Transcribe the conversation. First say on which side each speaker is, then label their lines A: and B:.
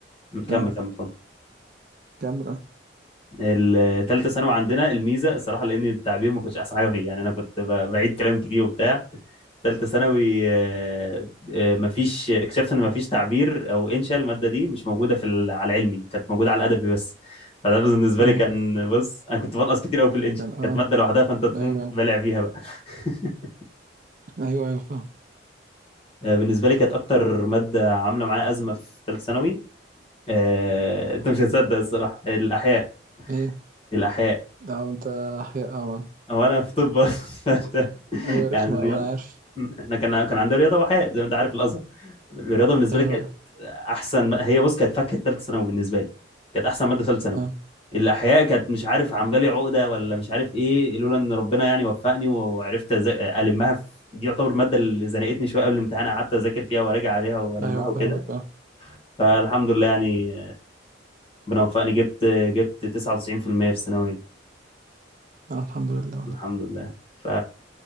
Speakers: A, on the left; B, on the right.
A: كمل كمل
B: اه
A: اتفضل
B: كمل اه
A: الثالثه ثانوي عندنا الميزه الصراحه لان التعبير ما كنتش احسن حاجه فيه يعني انا كنت ب- بعيد كلام كتير وبتاع ثالثه ثانوي آه، آه، مفيش اكتشفت ان مفيش تعبير او انشاء الماده دي مش موجوده في ال- على العلمي كانت موجوده على الادبي بس فده بالنسبه
B: اه
A: لي كان بص انا كنت بنقص كتير قوي في الانشاء
B: كان اه
A: كانت ماده لوحدها فانت تقوم
B: ايوه
A: بلع فيها بقى <laughs>
B: ايوه ايوه فاهم
A: آه، بالنسبه لي كانت اكتر ماده عامله معايا ازمه في ثالثه ثانوي آه، انت مش هتصدق الصراحه الاحياء
B: ايه
A: الاحياء
B: اه انت احياء اه
A: هو انا في طب اصلا <laughs> فأنت-
B: ايوه رخمة
A: يعني الرياضه
B: اه انا عارف
A: احنا كان كان عندنا رياضه واحياء زي ما انت عارف الازهر الرياضه بالنسبه
B: ايوه
A: لي كانت احسن هي بص كانت فاكهه ثالثه ثانوي بالنسبه لي كانت احسن ماده ثالثه ثانوي
B: اه
A: الاحياء كانت مش عارف عامله لي عقده ولا مش عارف ايه لولا ان ربنا يعني وفقني وعرفت أز- المها في دي يعتبر الماده اللي زنقتني شويه قبل الامتحان قعدت اذاكر فيها وراجع عليها والمها
B: ايوه فاهمك
A: وكده
B: اه
A: فالحمد لله يعني ربنا وفقني جبت جبت 99% في المية في الثانويه
B: اه الحمد لله والله
A: الحمد لله ف